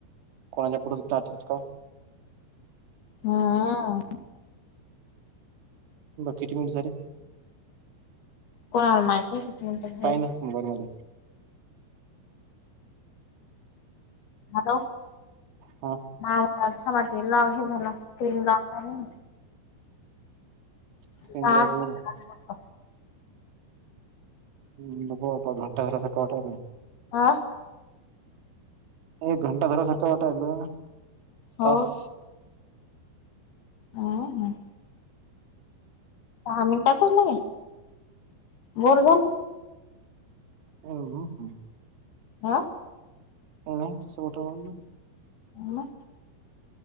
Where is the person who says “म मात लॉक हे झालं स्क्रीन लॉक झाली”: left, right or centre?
Left